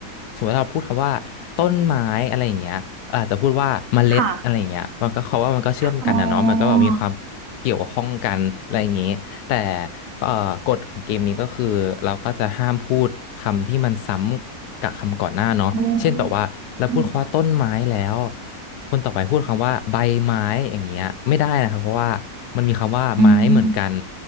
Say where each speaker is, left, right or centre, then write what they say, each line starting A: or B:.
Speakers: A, on the left; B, on the right.
A: สมมติถ้าเราพูดคำว่าต้นไม้อะไรอย่างเงี้ยอาจจะพูดว่าเมล็ดอะไรอย่างเงี้ยมันก็เขาว่ามันก็เชื่อมกันนะเนาะมันก็แบบมีความเกี่ยวข้องกันอะไรอย่างงี้แต่
B: ค่ะอ๋อ
A: เอ่อกฎของเกมนี้ก็คือเราก็จะห้ามพูดคำที่มันซ้ำกับคำก่อนหน้าเนาะเช่นแบบว่าเราพูดคำว่าต้นไม้แล้ว
B: อ๋ออืม
A: คนต่อไปพูดคำว่าใบไม้อย่างเงี้ยไม่ได้นะครับเพราะว่า มันมีคำว่าไม้เหมือนกัน
B: อืม